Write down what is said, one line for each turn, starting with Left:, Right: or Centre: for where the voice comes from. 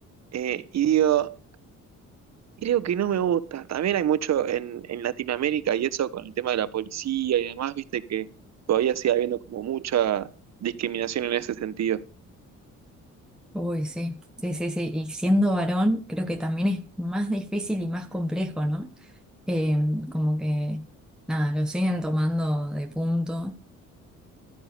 Right: eh, y digo, creo que no me gusta. También hay mucho en, en Latinoamérica y eso con el tema de la policía y demás, viste que todavía sigue habiendo como mucha discriminación en ese sentido.
Centre: Uy, sí, sí, sí, sí. Y siendo varón, creo que también es más difícil y más complejo, ¿no? Eh, como que, nada, lo siguen tomando de punto.